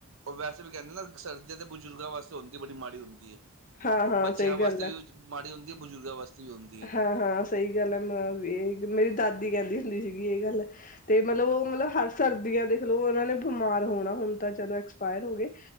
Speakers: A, on the right (about 60°); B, on the left (about 35°).
A: ਉਹ ਵੈਸੇ ਵੀ ਕਹਿੰਦੇ ਨਾ ਸਰਦੀਆਂ ਤੇ ਬਜ਼ੁਰਗਾਂ ਵਾਸਤੇ ਹੁੰਦੀ, ਬੜੀ ਮਾੜੀ ਹੁੰਦੀ ਹੈ
B: ਹਾਂ ਹਾਂ
A: ਬੱਚਿਆਂ
B: ਸਹੀ
A: ਵਾਸਤੇ
B: ਗੱਲ ਹੈ
A: ਵੀ ਮਾੜੀ ਉਦੀ ਹੈ ਬਜ਼ੁਰਗਾਂ ਵਾਸਤੇ ਵੀ ਉਦੀ ਹੈ।
B: ਹਾਂ ਹਾਂ ਸਹੀ ਗੱਲ ਹੈ, ਮੈਂ ਇਹ ਮੇਰੀ ਦਾਦੀ ਕਹਿੰਦੀ ਹੁੰਦੀ ਸੀਗੀ ਇਹ ਗੱਲ। ਤੇ ਮਤਲਬ ਉਹ ਮਤਲਬ ਹਰ ਸਰਦੀਆਂ ਦੇਖਲਓ ਉਹਨਾਂ ਨੇ ਬਿਮਾਰ ਹੋਣਾ, ਹੁਣ ਤਾਂ ਚਲੋ ਐਕਸਪਾਇਰ ਹੋ ਗਏ।